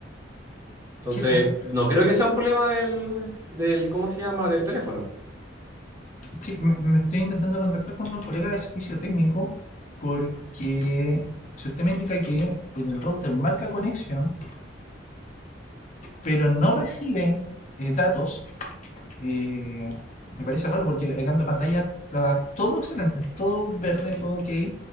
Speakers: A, on the right (about 15°); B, on the left (about 40°).
A: Entonces,
B: qué raro.
A: no creo que sea un problema del, del, ¿cómo se llama? Del teléfono.
B: Sí, me, me estoy intentando contactar con un colega de servicio técnico porque si usted me indica que en el router marca conexión, pero no recibe eh, datos, eh, me parece raro porque acá en la pantalla está todo excelente, todo verde, todo ok.